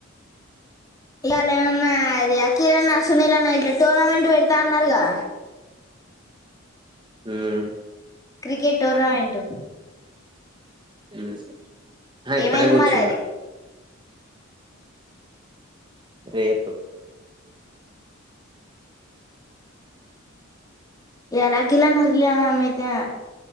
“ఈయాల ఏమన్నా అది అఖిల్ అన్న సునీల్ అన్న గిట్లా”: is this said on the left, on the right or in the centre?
Left